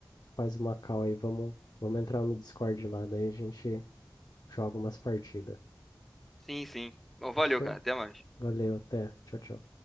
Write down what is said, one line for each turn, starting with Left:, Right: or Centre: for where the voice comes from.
Left: faz uma call aí. Vamos, vamos entrar no Discord lá, daí a gente joga umas partidas.
Centre: Sim, sim. Bom, valeu,
Left: Fechou?
Centre: cara. Até mais.
Left: Valeu, até. Tchau, tchau.